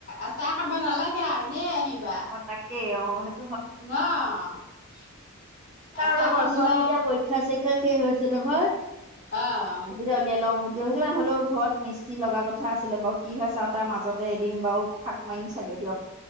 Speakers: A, on the left (about 45°); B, on the right (about 30°).
A: আচাৰ খাব নালাগে আৰু এনেই আহিবা।
B: অ তাকেই অ সেই
A: ন।
B: চাও
A: আচাৰ
B: ৰব
A: খাবলে
B: ছোৱালী এতিয়া পৰীক্ষা চৰিক্ষা শেষ হৈছে নহয়।
A: অ।
B: সুবিধা উলিয়াই লওঁ <unintelligible> হ'লেও ঘৰত মিস্ত্ৰী লগা কথা আছিলে বাৰু কি হয় চাওঁ তাৰ মাজতে এদিন বাৰু ফা মাৰিম চাগে দিয়ক।